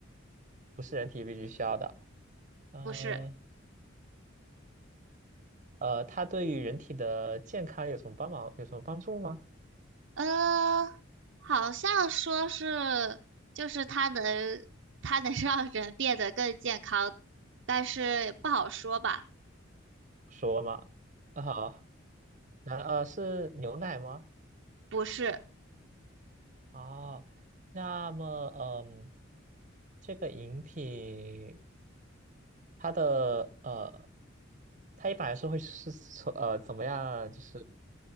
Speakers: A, on the right; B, on the right.
A: 不是人体必须需要的。呃
B: 不是，
A: 呃，它对于人体的健康有什么帮忙？有什么帮助吗？
B: 呃，好像说是就是它能它能让人变得更健康，但是不好说吧？
A: 说嘛，啊好，那呃是牛奶吗？
B: 不是，
A: 哦，那么，嗯，这个饮品它的呃，它一般来说会是是从呃怎么样，就是